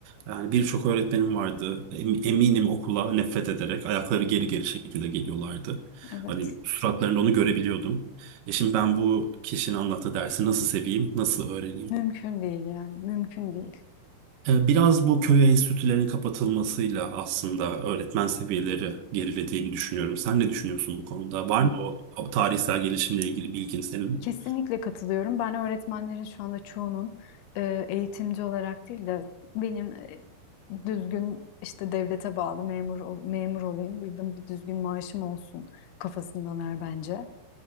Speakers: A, on the right (about 75°); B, on the left (about 75°).
A: Yani birçok öğretmenim vardı. Em- Eminim okula nefret ederek ayakları geri geri şekilde geliyorlardı.
B: Evet.
A: Hani suratlarında onu görebiliyordum. E şimdi ben bu kişinin anlattığı dersi nasıl seveyim, nasıl öğreneyim?
B: Mümkün değil yani. Mümkün değil.
A: E, Biraz bu köy enstitülerinin kapatılmasıyla aslında öğretmen seviyeleri gerilediğini düşünüyorum. Sen ne düşünüyorsun bu konuda? Var mı o, o tarihsel gelişimle ilgili bilgin senin?
B: Kesinlikle katılıyorum. Ben öğretmenlerin şu anda çoğunun e, eğitimci olarak değil de benim e, düzgün işte devlete bağlı memur ol- memur olayım, bildim bir düzgün maaşım olsun kafasındalar bence.